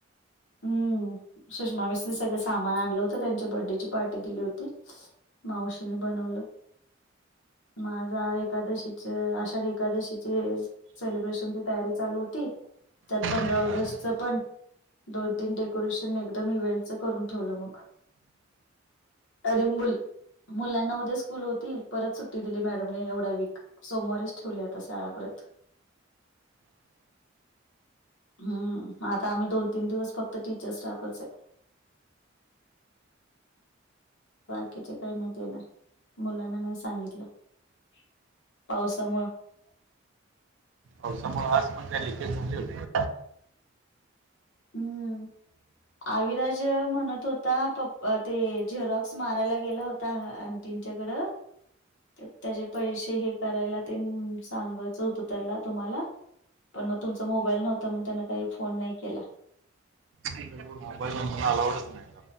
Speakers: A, on the left; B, on the right.
A: हम्म सुषमा विसने सगळं सामान आणलं होतं त्यांच्या बर्डेची पार्टी दिली होती. मावशीने बनवलं <inaudible> माझा आहेत. एकादशीचे आषाढी एकादशीचे सेलिब्रेशनची तयारी चालू होती त्यात पंधरा
B: अं,
A: ऑगस्टच पण दोन तीन डेकोरेशन एकदम इव्हेंटचं करून ठेवलं मग अडीबुल मुलांना उद्या स्कूल होती परत सुट्टी दिली मॅडमने एवढा वीक. सोमवारीच ठेवले आता शळा परत, <inaudible> <inaudible> हम्म मग आता आम्ही दोन तीन दिवस फक्त टीचर स्टाफच आहे. बाकीचे काही नाहीत येणार मुलांना नाही सांगितलं, <inaudible> पावसामु.
B: हो समोर आज पण काय लकेजनले होे,
A: हम्म. आविराज म्हणत होता, पप्पा ते झेरॉक्स मारायला गेला होता. त्यांच्याकडं. त्याचे पैसे हे करायला ते सांगवायचं होतं त्याला तुम्हाला. पण मग तुमचा मोबाईल नव्हतं मग त्यान काही फोन नाही केला.
B: <unintelligible> मोबाईल मधी अलाउडच नाही